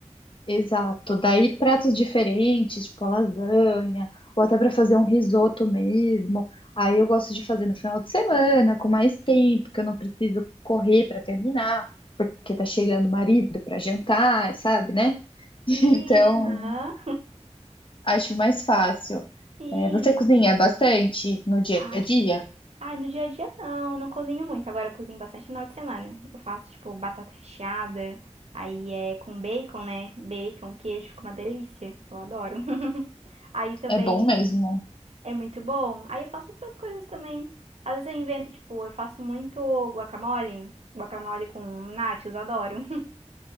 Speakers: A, on the left; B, on the right.
A: Exato. Daí pratos diferentes, tipo a lasanha, ou até para fazer um risoto mesmo. Aí eu gosto de fazer no final de semana, com mais tempo, que eu não preciso correr para terminar, porque tá chegando o marido para jantar, sabe, né? <laughs>
B: Sim,
A: Então,
B: aham.
A: acho mais fácil.
B: <laughs> Sim.
A: É, você cozinha bastante no dia
B: Ah,
A: a dia?
B: ah, no dia a dia não, não cozinho muito. Agora eu cozinho bastante no final de semana. Eu faço, tipo, batata recheada. Aí é com bacon, né? Bacon, queijo, fica uma delícia. Eu adoro. <laughs> Aí também.
A: É bom mesmo.
B: É muito bom. Aí eu faço outras coisas também. Às vezes eu invento, tipo, eu faço muito guacamole, guacamole com nachos, adoro. <laughs>